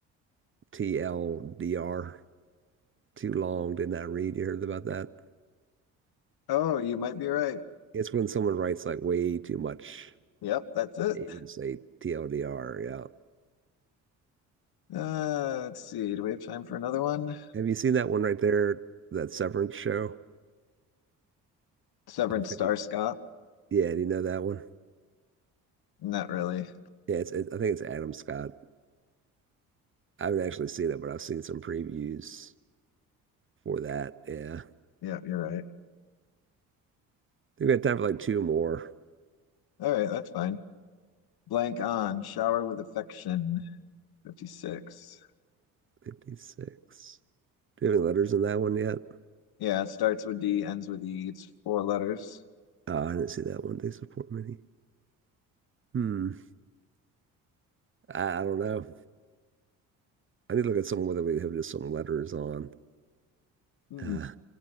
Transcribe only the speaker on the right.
TLDR? too long did not read. You heard about that?
It's when someone writes like way too much.
You just say TLDR. Yeah.
Have you seen that one right there? That Severance show?
I'm 50.
Yeah. Do you know that one?
Yeah. It's, it, I think it's Adam Scott. I haven't actually seen it, but I've seen some previews for that. Yeah.
We've got time for like two more.
56. Do you have any letters in that one yet?
Oh, I didn't see that one. They support many. Hmm. I, I don't know. I need to look at someone whether we have just some letters on.
Uh,